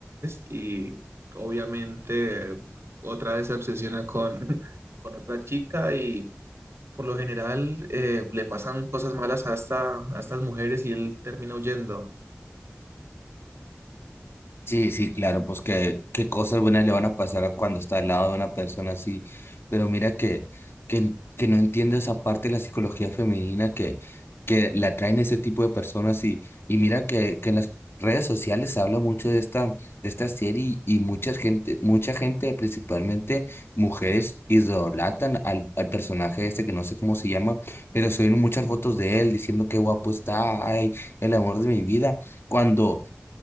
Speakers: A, on the right; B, on the left.
A: y obviamente otra vez se obsesiona con, <laughs> con otra chica y por lo general eh, le pasan cosas malas hasta a estas mujeres y él termina huyendo.
B: Sí, sí, claro, pues que qué cosas buenas le van a pasar a cuando está al lado de una persona así, pero mira que, que, que no entiendo esa parte de la psicología femenina que, que la atraen ese tipo de personas y, y mira que, que en las redes sociales se habla mucho de esta, de esta serie y y mucha gente, mucha gente, principalmente mujeres, idolatan al, al personaje este que no sé cómo se llama, pero suben muchas fotos de él diciendo qué guapo está, ay, el amor de mi vida, cuando